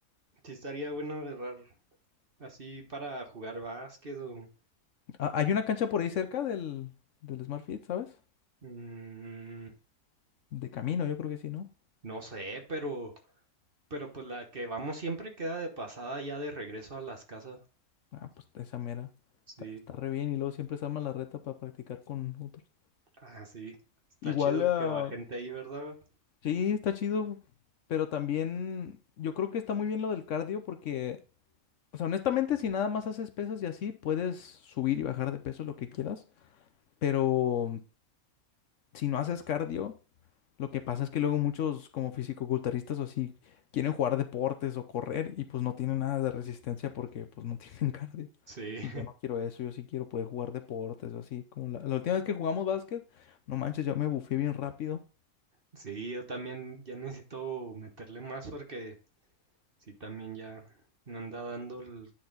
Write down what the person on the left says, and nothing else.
Ah, hay una cancha por ahí cerca del, del Smart Fit, ¿sabes?
De camino, yo creo que sí, ¿no?
Ah, pues esa mera.
Está, está re bien y luego siempre se arma la reta para practicar con otros.
Igual,
ah,
Sí, está chido, pero también yo creo que está muy bien lo del cardio porque, o sea, honestamente, si nada más haces pesas y así, puedes subir y bajar de peso lo que quieras, pero mm, si no haces cardio, lo que pasa es que luego muchos como fisicoculturistas o así quieren jugar deportes o correr y pues no tienen nada de resistencia porque pues no <laughs> tienen cardio.
Y
yo no quiero eso, yo sí quiero poder jugar deportes o así, como la, la última vez que jugamos básquet, no manches, yo me bufé bien rápido.